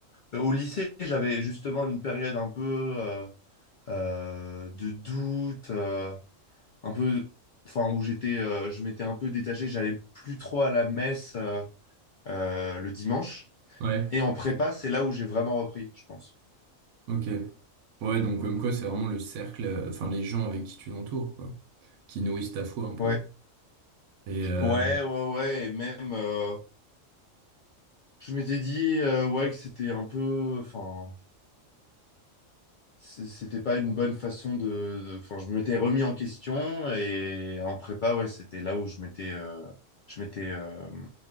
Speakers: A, on the left; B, on the right.
A: Euh, Au lycée, j'avais justement une période un peu euh, euh, de doute. euh, un peu, enfin, où j'étais, euh, je m'étais un peu détaché, j'allais plus trop à la messe euh, euh, le dimanche.
B: ouais,
A: Et en prépa, c'est là où j'ai vraiment repris, je pense.
B: ok. Ouais, donc comme quoi c'est vraiment le cercle, euh, enfin les gens avec qui tu t'entoures quoi, qui nourrissent ta foi un peu.
A: Ouais,
B: Et euh,
A: ouais, ouais, ouais. Et même, euh, je m'étais dit, euh, ouais, que c'était un peu, enfin, c- c'était pas une bonne façon de, de- enfin, je m'étais remis en question. Et en prépa, ouais, c'était là où je m'étais, euh, je m'étais, euh,